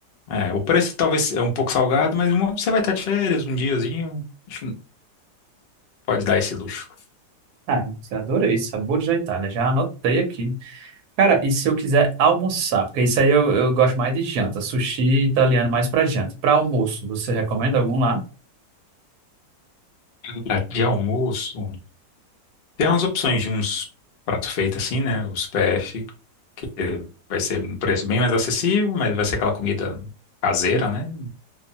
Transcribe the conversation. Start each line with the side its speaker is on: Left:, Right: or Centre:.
Left: É. O preço talvez é um pouco salgado, mas uma- você vai estar de férias um diazinho. Acho que pode dar esse luxo.
Right: Ai, adorei. Sabores da Itália. Já anotei aqui. Cara, e se eu quiser almoçar? Porque isso aí eu, eu gosto mais de janta. Sushi italiano mais pra janta. E pra almoço, você recomenda algum lá?
Left: Pra- De almoço, tem umas opções de uns pratos feitos assim, né? Os PF, que vai ser um preço bem mais acessível, mas vai ser aquela comida caseira, né?